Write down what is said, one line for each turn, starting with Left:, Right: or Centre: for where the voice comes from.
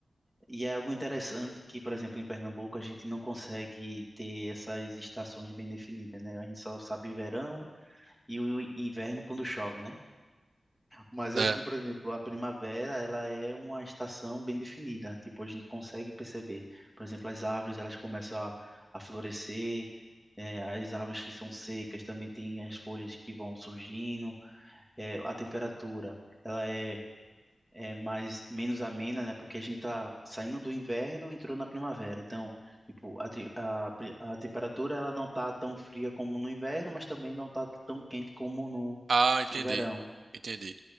Centre: E é algo interessante que, por exemplo, em Pernambuco a gente não consegue ter essas estações bem definidas, né? A gente só sabe verão e o inverno quando chove, né? Mas
Right: É.
Centre: aqui, por exemplo, a primavera, ela é uma estação bem definida. Tipo, a gente consegue perceber, por exemplo, as árvores, elas começam a, a florescer, é, as árvores que são secas também têm as folhas que vão surgindo, é, a temperatura, ela é é mais menos amena, né? Porque a gente tá saindo do inverno, e entrou na primavera. Então, tipo, a, te- a, pri- a temperatura ela não tá tão fria como no inverno, mas também não tá tão quente como no,
Right: Ah, entendi.
Centre: no verão.
Right: Entendi.